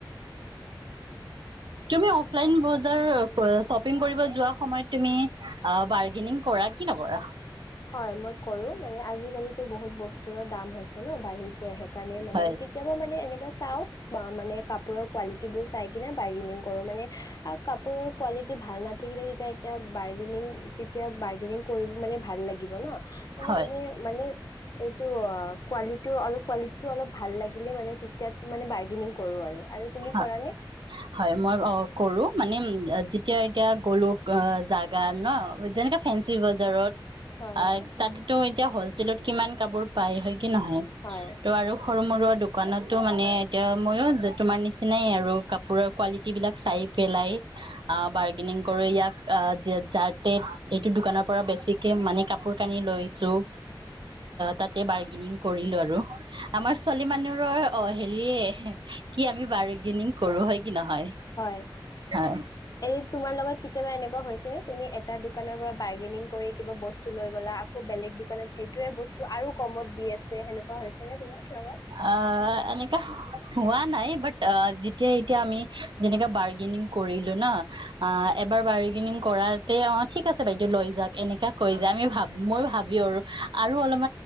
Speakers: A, on the right; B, on the left.
A: তুমি অফলাইন বজাৰ শ্বপিং কৰিব যোৱা সময়ত তুমি বাৰ্গেনিং কৰা কি নকৰা,
B: হয়, মই কৰো মানে আজিকালি। টো বহুত বস্তুৰৰ দাম হৈছে ন বাহিছে। সেইকাৰণে মানে
A: হয়
B: কেতিয়াবা মানে এনে। চাও বা মানে কাপোৰৰ কোৱালিটি বোৰ চাই কিনে বাৰ্গেনিং কৰো মানে। আৰু কাপোৰৰ। কোৱালিটি ভাল নাথাকিলে তেতিয়া এতিয়া বাৰ্গেনিং তেতিয়া বাৰ্গেনিং কৰিব মানে। ভাল লাগিব ন। মানে
A: হয়
B: এনে মানে। এইটো অ, কোৱালিটো অলপ কুৱালিটিটো অলপ ভাল লাগিলে মানে তেতিয়া মানে বাৰ্গেনিং কৰো আৰু। আৰু তুমি
A: হয়
B: কৰা নে?
A: হয়, মই অ কৰো মানে। যেতিয়া এতিয়া গ'লো অ জাগা ন যেনেকে ফেঞ্চি বজাৰত।
B: হয়,
A: আই
B: হয়,
A: তাত টো এতিয়া হল। কিমান কাপোৰ পায় হয়। কি নহয়
B: হয়,
A: ত' আৰু <unintelligible> সৰু মৰু দোকানতো মানে এতিয়া ময়ো। যে তোমাৰ নিচিনা। আৰু কাপোৰৰ কোৱালিট বিলাক চাই পেলাই আহ বাৰ্গেনিং কৰো ইয়াক যাতে। এইটো দোকানৰ পৰা বেছিকে মানে। কপোৰ কানি লৈ আহিছোঁ, তাতে বাৰ্গেনিং কৰিলো আৰু আমাৰ ছোৱালী মানে, হেৰি কি আমি বাৰ- গেনিং কৰো হয়- কি নহয়
B: হয়,
A: হয়
B: এই তোমাৰ লগত কেতিয়াবা এনেকুৱা হৈছ- তুমি এটা দোকানৰ পৰা বাৰ্গেনিং কৰি কিবা বস্তু লৈ গলা আকৌ বেলেগ দোকানত সেইটোয়ে বস্তু আৰু কমত দি আছে। সেনেকুৱা হৈছে নে তোমাৰ লগত?
A: অ এনেকা হোৱা- নাই বাট যেতিয়া এতিয়া আমি যেনেকে বাৰ্গেনিং কৰিলো ন, এবাৰ বাৰ্গেনিং কৰাতে অ ঠিক আছে বাইদেউ লৈ যাওক এনে কৈ যে মই ভাবো আৰু, আৰু অলপ